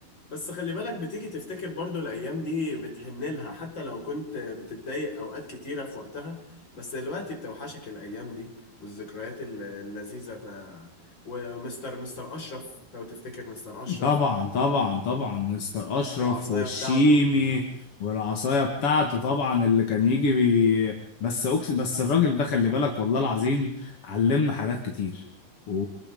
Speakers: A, on the left (about 25°); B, on the left (about 45°).
A: بس خلي بالك بتيجي تفتكر برضو الأيام دي بتحن لها حتى لو كنت بتتضايق أوقات كتيرة في وقتها بس دلوقتي بتوحشك الأيام دي والذكريات ال- اللذيذة ف- ومستر مستر أشرف لو تفتكر مستر أشرف
B: طبعا طبعا طبعا مستر اشرف
A: العصاية
B: والشيمي
A: بتاعته
B: والعصايه بتاعته طبعا اللي كان يجي بي... بس أكس... بس الراجل ده خلي بالك والله العظيم علمنا حاجات كتير و...